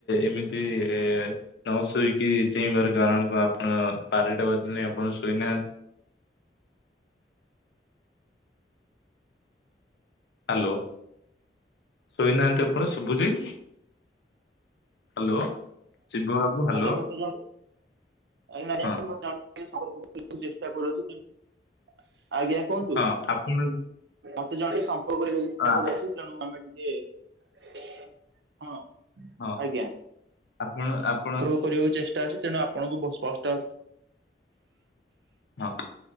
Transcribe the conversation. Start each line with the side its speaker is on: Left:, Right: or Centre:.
Left: ଏମିତି ତିଇ ନଅ ଶୋଇକି ଚେଇଁବାର କାରଣ କଣ ଆପଣ ବାରିଟା ବଜିଲାଣି ଆପଣ ଶୋଇନାହାନ୍ତି। ହ୍ୟାଲୋ ଶୋଇନାହାନ୍ତି ଆପଣ ଶୁଭୁଚି? ହ୍ୟାଲୋ ଶିବ ବାବୁ ହ୍ୟାଲୋ।
Right: ଆଜ୍ଞା ମତେ ଜଣ ଆଜ୍ଞା <inaudible> ଚେଷ୍ଟା
Left: ହଁ
Right: କରୁଅଛି <inaudible> ଆଜ୍ଞା। କୁହନ୍ତୁ
Left: ହଁ ଆପଣ
Right: ମୋତେ ଜଣେ ସମ୍ପର୍କ କରିବାକୁ ଚେଷ୍ଟା
Left: ଆ
Right: କରୁଅଛି। ତେଣୁ ଆମେ ଟିକେ ହଁ
Left: ହଁ
Right: ଆଜ୍ଞା।
Left: ଆପଣ ଆପ୍
Right: <unintelligible> କରିବାକୁ ଚେଷ୍ଟା ଅଛି ତେଣୁ ଆପଣଙ୍କୁ ବହୁତ ସ୍ପଷ୍ଟ
Left: ହଁ